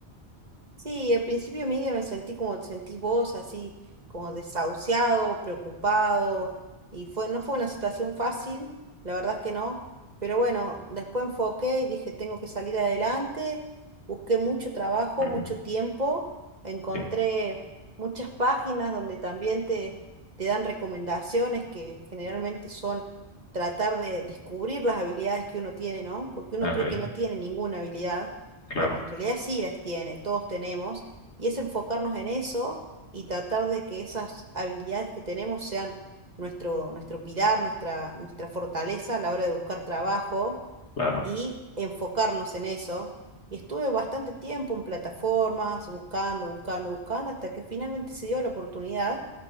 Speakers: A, on the right; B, on the left.
A: Sí, al principio, Miguel, me sentí como te sentís vos, así como desahuciado, preocupado, y fue, no fue una situación fácil, la verdad es que no, pero bueno, después enfoqué y dije, tengo que salir adelante, busqué mucho trabajo,
B: Ujú.
A: mucho tiempo, encontré
B: Sí.
A: muchas páginas donde también te, te dan recomendaciones que generalmente son tratar de descubrir las habilidades que uno tiene, ¿no? Porque uno
B: Ok.
A: cree que no tiene ninguna habilidad
B: Claro,
A: pero en realidad sí las tiene, todos tenemos, y es enfocarnos en eso y tratar de que esas habilidades que tenemos sean nuestro, nuestro pilar, nuestra, nuestra fortaleza a la hora de buscar trabajo
B: claro.
A: y enfocarnos en eso. Y estuve bastante tiempo en plataformas, buscando, buscando, buscando, hasta que finalmente se dio la oportunidad.